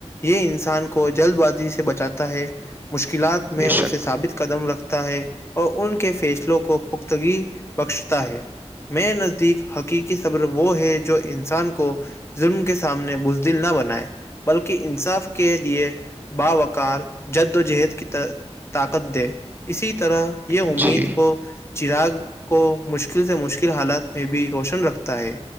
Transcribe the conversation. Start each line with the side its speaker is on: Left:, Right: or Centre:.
Left: یہ انسان کو جلد بازی سے بچاتا ہے مشکلات میں
Right: بے
Left: اسے
Right: شک
Left: ثابت قدم رکھتا ہے اور ان کے فیصلوں کو پختگی بخشتا ہے میں نزدیک حقیقی صبر وہ ہے جو انسان کو ظلم کے سامنے بزدل نہ بنائے بلکہ انصاف کے لیے باوقار جد و جہد کی طر طاقت دے اسی طرح یہ
Right: جی
Left: امید کو چراغ کو مشکل سے مشکل حالات میں بھی روشن رکھتا ہے